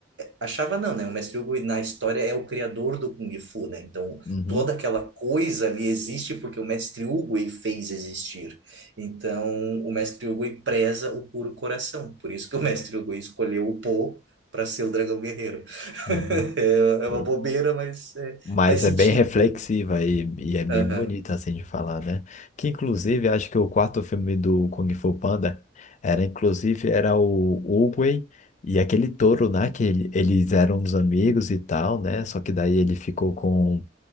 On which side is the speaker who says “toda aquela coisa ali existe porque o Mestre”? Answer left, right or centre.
Right